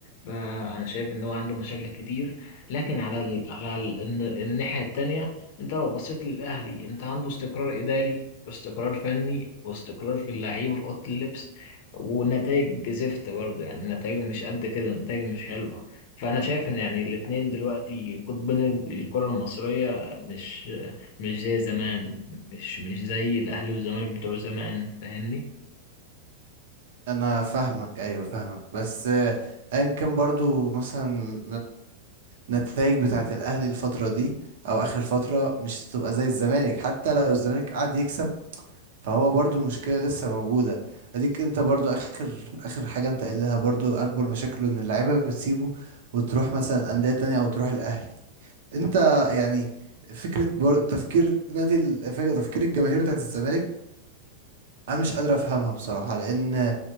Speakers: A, on the left; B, on the right.
A: فانا شايف ان هو عنده مشاكل كتير لكن على ال... على ال... الن- الناحيه التانيه انت لو بصيت للاهلي انت عنده استقرار اداري واستقرار فني واستقرار في اللعيبة في أوضة اللبس ونتائج زفت برضه يعني النتائج مش قد كده النتائج مش حلوة فأنا شايف إن يعني الاتنين دلوقتي قطبين الكرة المصرية مش مش زي زمان مش مش زي الأهلي والزمالك بتوع زمان فاهمني؟
B: انا فاهمك ايوه فاهمك بس آه، ايا كان برضو مثلا النتائج بتاعت الاهلي الفترة دي او اخر فترة مش هتبقى زي الزمالك حتى لو الزمالك قعد يكسب فهو برضو المشكلة لسه موجودة اديك انت برضو اخر اخر حاجة انت قايلها برضو اكبر مشاكله ان اللعيبة بتسيبه وتروح مثلا اندية تانية او تروح الاهلي انت يعني فكره بر... تفكير نادي ال- فكرة تفكير الجماهير بتاعت الزمالك انا مش قادر افهمها بصراحه لان